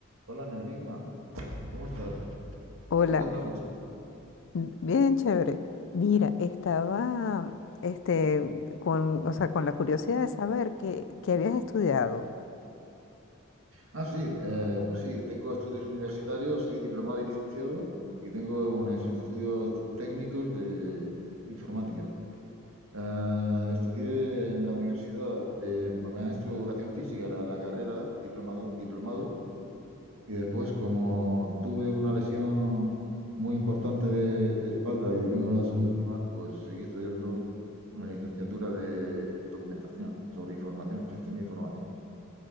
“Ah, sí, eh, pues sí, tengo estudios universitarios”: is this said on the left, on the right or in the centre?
Right